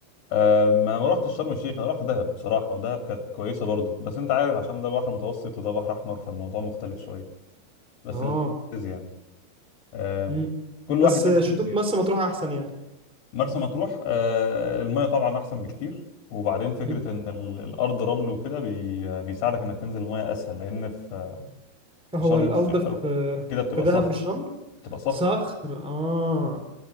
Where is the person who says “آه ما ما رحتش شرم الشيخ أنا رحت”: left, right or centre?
Left